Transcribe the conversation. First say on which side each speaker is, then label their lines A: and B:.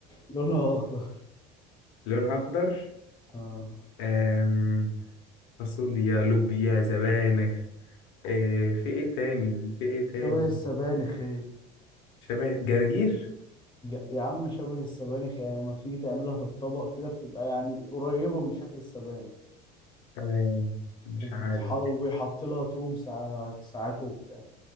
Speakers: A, on the left; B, on the left.
A: لونها اخضر
B: لونها اخضر
A: اه
B: آم، فاصوليا لوبيا سبانخ آه في ايه تاني في ايه تاني
A: شبه السبانخ هي
B: شبه جرجير
A: ج- يا عم شبه السبانخ يعني لما بتيجي تعملها في الطبق كده بتبقى يعني قريبة من شكل السبانخ
B: آه مش
A: وبتح...
B: عارف
A: وبيحط لها توم ساعات ساعات وبتاع